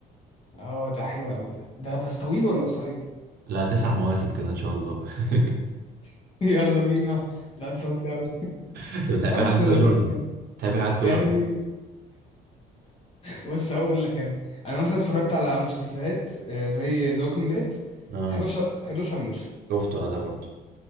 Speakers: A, on the left; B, on the right.
A: اه ده حلو قوي ده ده بس طويل ولا قصير
B: لا تسع مواسم كده ان شاء الله <laughs>
A: <laughs> يلا بينا لا ده طويل قوي
B: انت بتحب
A: لا بس
B: الحاجات الطويله
A: لذيذ
B: ولا
A: يعني
B: لا؟ بتحب الحاجات الطويله
A: يعني
B: ولا
A: بص هقول لك انا انا مثلا اتفرجت على مسلسلات آه، زي ذا ووكينج ديد
B: لا؟ اه
A: 11 11 موسم
B: شفته انا ده برضو